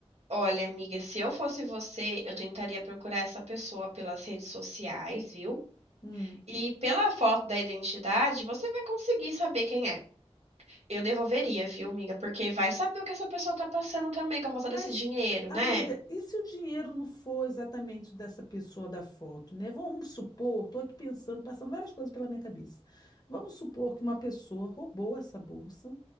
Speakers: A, on the right; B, on the left.
A: Olha, amiga, se eu fosse você, eu tentaria procurar essa pessoa pelas redes sociais, viu?
B: Hum.
A: E pela foto da identidade, você vai conseguir saber quem é. Eu devolveria, viu, amiga? Porque vai saber o que essa pessoa tá passando também com a volta
B: Mas,
A: desse dinheiro,
B: amiga,
A: né?
B: e se o dinheiro não for exatamente dessa pessoa da foto, né? Vamos supor, estou aqui pensando, passando várias coisas pela minha cabeça. Vamos supor que uma pessoa roubou essa bolsa